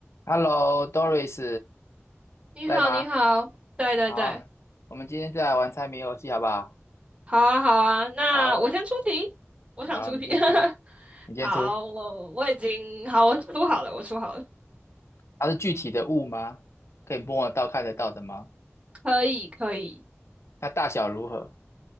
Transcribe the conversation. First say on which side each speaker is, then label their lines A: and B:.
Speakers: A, on the left; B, on the right.
A: Hello，Doris，
B: 你好，
A: 在吗？
B: 你好，对对对，
A: 好啊，我们今天再来玩猜谜游戏，好不好？
B: 好啊，好啊，那我先出题，
A: 好，我，
B: 我想出题。
A: 好，你先出，
B: <laughs>
A: 你先出。
B: 好，我我已经好，我出好了，我出好了，
A: 它是具体的物吗？可以摸得到、看得到的吗？
B: 可以可以。
A: 它大小如何？